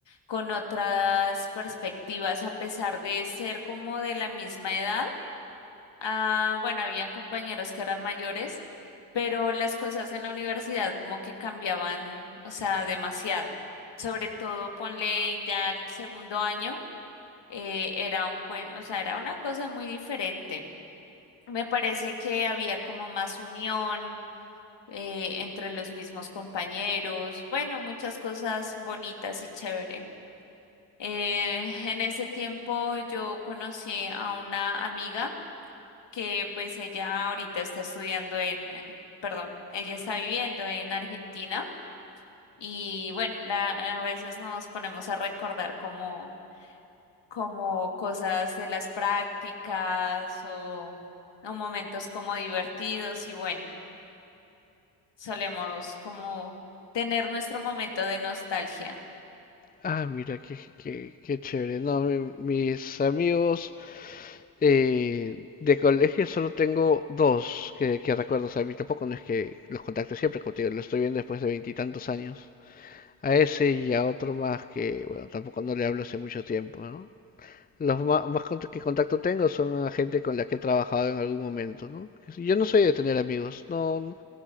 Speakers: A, on the left; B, on the left.
A: con otras perspectivas, a pesar de ser como de la misma edad. Ah, bueno, habían compañeros que eran mayores, pero las cosas en la universidad como que cambiaban, o sea, demasiado. Sobre todo, ponle ya el segundo año, eh, era un, cuen- o sea, era una cosa muy diferente. Me parece que había como más unión eh, entre los mismos compañeros, bueno, muchas cosas bonitas y chévere. Eh, en ese tiempo yo conocí a una amiga que pues ella ahorita está estudiando en, eh, perdón, ella está viviendo en Argentina y bueno, la, a veces nos ponemos a recordar como, como cosas de las prácticas o, o momentos como divertidos y bueno, solemos como tener nuestro momento de nostalgia.
B: Ah, mira, qué, qué, qué chévere. No, mi- mis amigos Eh, de colegio solo tengo dos que, que recuerdo, o sea, a mí tampoco no es que los contacte siempre, como te digo, lo estoy viendo después de veintitantos años. A ese y a otro más que, bueno, tampoco no le hablo hace mucho tiempo, ¿no? Los ma- más, cont- que contacto tengo son a gente con la que he trabajado en algún momento, ¿no? Que si- Yo no soy de tener amigos, no, no,